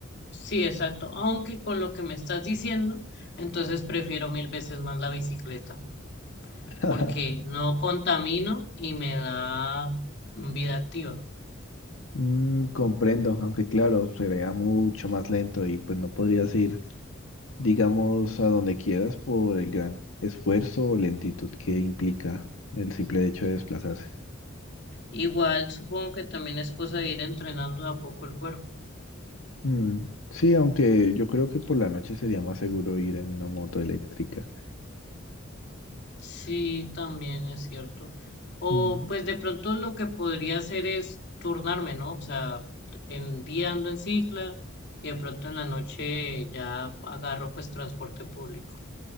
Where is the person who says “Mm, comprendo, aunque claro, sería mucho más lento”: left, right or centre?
Left